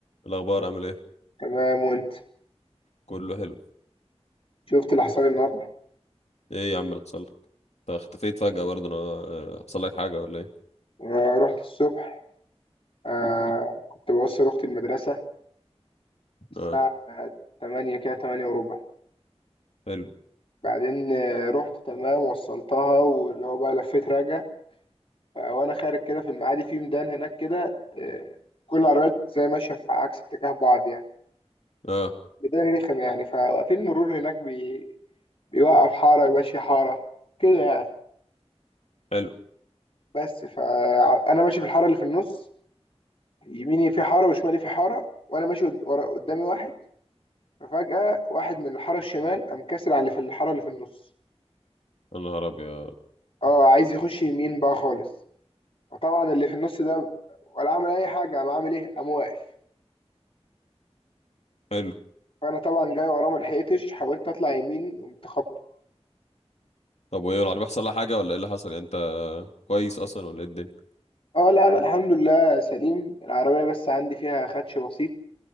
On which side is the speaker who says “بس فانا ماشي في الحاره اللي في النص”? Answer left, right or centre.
Left